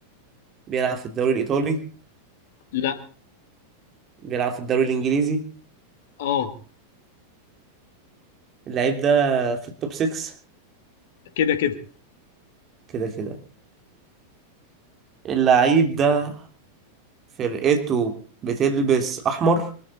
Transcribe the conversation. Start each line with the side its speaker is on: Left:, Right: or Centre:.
Right: بيلعب في الدوري الإيطالي
Left: لا
Right: بيلعب في الدوري الانجليزي
Left: آه،
Right: اللعيب ده في التوب 6
Left: كده، كده.
Right: كده كده اللعيب ده فرقته بتلبس احمر